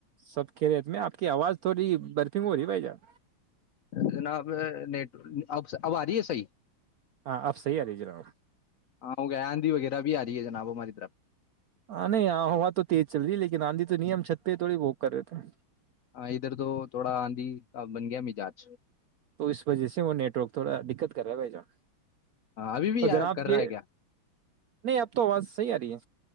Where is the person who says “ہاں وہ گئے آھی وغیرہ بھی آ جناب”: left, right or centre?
Left